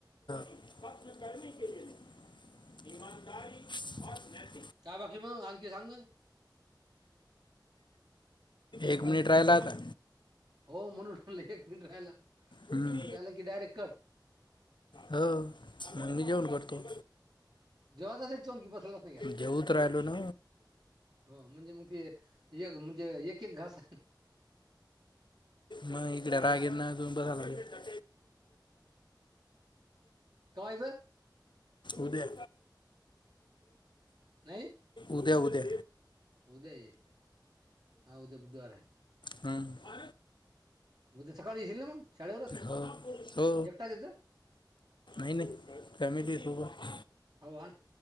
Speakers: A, on the left; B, on the right.
A: खपत कर के ईमानदारी न.
B: का बाकी मग आणखी सांगन.
A: एक मिनिट राहिला का.
B: हो म्हणूनलं एक मिनिट राहायला
A: हम्म.
B: एक मिनिट राहिला की डायरेक्ट कट.
A: हो मग मी जेवन करतो.
B: जेव्हाातच एक तो आणखी पसलाच नाही का
A: जेवूच राहिलो ना
B: <unintelligible> हो म्हणजे मग ते म्हणजे यक यक घास
A: मग इकडे
B: ह
A: राग येईल ना अजून बसायला लागेल
B: कवा यायचं.
A: उद्या
B: नाही
A: उद्या उद्या
B: उद्या ये हा उद्या बुधवार आहे.
A: हम्म.
B: उद्या सकाळी येशील ना मग शाळेवरच
A: हो हो
B: एकटाच यायचं.
A: नाही नाही फॅमिली सोबत
B: हो आण